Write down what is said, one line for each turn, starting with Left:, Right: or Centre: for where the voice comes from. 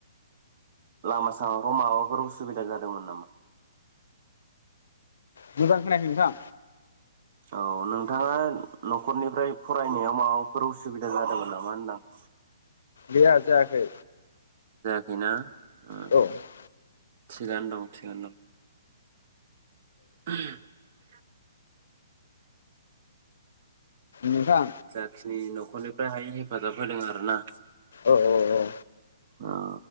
Right: लामा सामाफ्राव माबाफोर उसुबिदा जादोंमोन नामा?
Left: बिबान होनाय नोंथां
Right: औ नोंथाङा न'खरनिफ्राय फरायनायाव माबाफोर उसुबिदा जादोंमोन नामा होनदां
Left: गैया जायाखै
Right: बिना उम
Left: औ औ
Right: थिगानो दं थिगानो दं <unintelligible>
Left: नोंथां
Right: जाखिनि न खरनिफ्राय हायो हेफाजाब होदों आरो ना।
Left: औ औ औ
Right: ओ